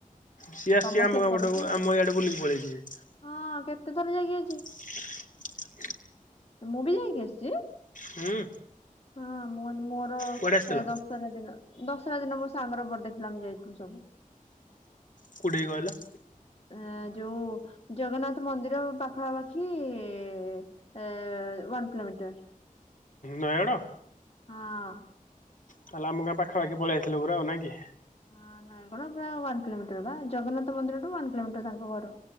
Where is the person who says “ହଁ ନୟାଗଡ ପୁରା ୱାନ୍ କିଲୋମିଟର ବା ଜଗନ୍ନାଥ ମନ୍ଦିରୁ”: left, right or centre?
Left